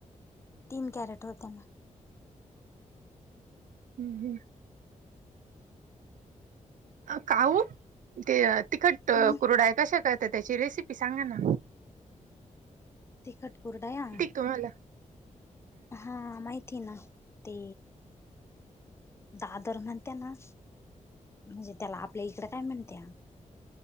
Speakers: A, on the left; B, on the right.
A: तीन कॅरेट होते ना
B: हम् हम् काहू ते तिखट
A: हम्म
B: कुरडाय कशा करत त्याची रेसिपी सांगा ना
A: तिकट कुरडया
B: त्हाला
A: हा माहिती आहे ना ते दादर म्हणत्या ना म्हणजे त्याला आपल्या इकडे काय म्हणत्या